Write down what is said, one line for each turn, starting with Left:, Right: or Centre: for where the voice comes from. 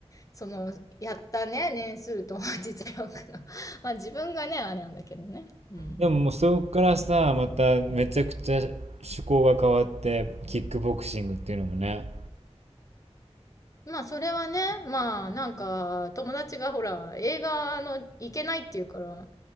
Left: その、やったね、年数と <laughs> 実力の。<laughs> まあ、自分がね、あれなんだけどね。うん。
Right: でももうそこからさ、まためちゃくちゃ趣向が変わって、キックボクシングっていうのもね。
Left: まあそれはね、まあなんか友達がほら映画の行けないっていうから、